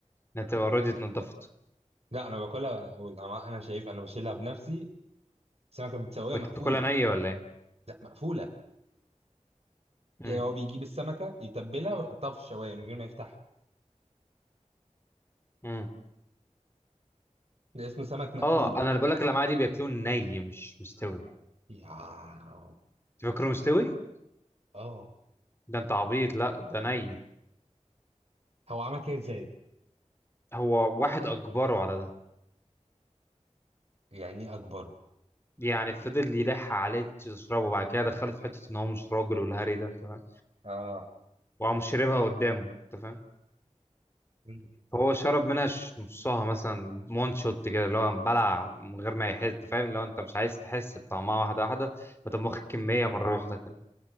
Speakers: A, on the left; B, on the right.
A: إنها بتبقى أوريدي اتنضفت
B: لا انا باكلها والامعاء انا شايفها انا بشيلها بنفسي السمكه متسويه
A: وأنت
B: مقفوله
A: بتاكلها نية ولا إيه؟
B: لا مقفوله يعني
A: امم
B: هو بيجيب السمكه يتبلها ويحطها في الشوايه من غير ما يفتحها
A: امم
B: ده اسمه سمك مقفول
A: أه أنا اللي بقول لك اللمعة دي بياكلوه ني مش مستوي
B: يا
A: تفكره مستوي؟
B: اه
A: ده أنت عبيط لا ده ني
B: هو عمل كده ازاي
A: هو واحد أجبره على ده
B: يعني إيه اكبره
A: يعني فضل يلح عليه تشربه وبعد كده دخله في حتة إن هو مش راجل والهري ده أنت فاهم؟
B: اه
A: وقام شربها قدامه أنت فاهم؟
B: مم.
A: هو شرب منها ش- نصها مثلا مون شوت كده اللي هو بلع من غير ما يحس فاهم لو انت مش عايز تحس بطعمها واحده واحده فتقوم واخد كميه مره واحده كده